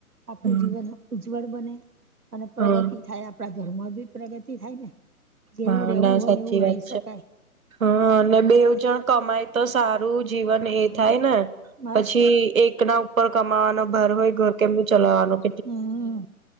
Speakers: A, on the right; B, on the right.
A: આપણું
B: હા
A: જીવન ઉજ્જવળ બને અને પ્રગતિ
B: હા
A: થાય આપડા ઘરમાં બી પ્રગતિ થાય ને જેવું
B: હા
A: રહેવું
B: ના
A: હોય
B: સાચી
A: એવું
B: વાત
A: રહી
B: છે.
A: શકાય
B: હા અને
A: એટલે
B: બેવજણ કમાય તો સારું મારું જીવન એ
A: હા
B: થાય ને
A: બસ
B: પછી
A: તો
B: એક ના ઉપ કમાવાનો ભર હોય ઘર કેમું ચલાવાનું
A: હમ